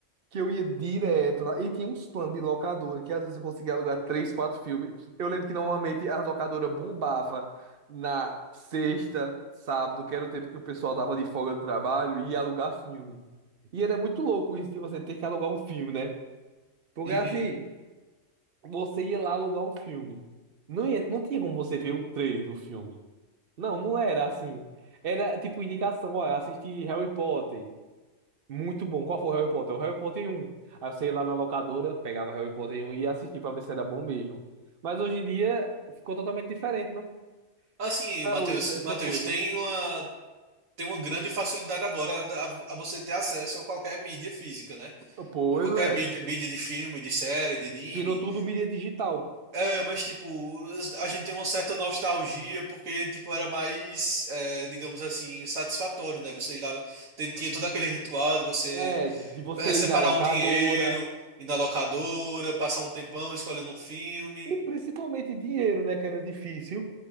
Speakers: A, on the right; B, on the right.
A: que eu ia direto lá. E tinha uns planos de locadora, que às vezes eu conseguia alugar três, quatro filmes. Eu lembro que normalmente a locadora bombava na sexta, sábado, que era o tempo que o pessoal tava de folga do trabalho, e ia alugar filme. E era muito louco isso de você ter que alugar um filme, né? Porque
B: Uhum.
A: assim, você ia lá alugar um filme. Não ia, não tinha como você ver o trailer do filme. Não, não era assim. Era tipo indicação, olha, assisti Harry Potter. Muito bom. Qual foi o Harry Potter? O Harry Potter 1. Aí você ia lá na locadora, pegava Harry Potter 1 e ia assistir pra ver se era bom mesmo. Mas hoje em dia ficou totalmente diferente, né?
B: Assim,
A: Parou
B: Matheus,
A: essa, essa
B: Matheus,
A: coisa.
B: tem uma, tem uma grande facilidade agora a, a você ter acesso a qualquer mídia física, né?
A: Pois
B: A qualquer mídia,
A: é.
B: mídia de filme, de série, de anime.
A: Virou tudo mídia digital.
B: É, mas tipo, a gente tem uma certa nostalgia porque tipo era mais, é, digamos assim, satisfatório, né? Você ir lá, te- tinha todo aquele ritual de você
A: É, de você
B: é, separar
A: ir na locadora.
B: um dinheiro, ir na locadora, passar um tempão escolhendo um filme.
A: E principalmente dinheiro, né? Que era difícil.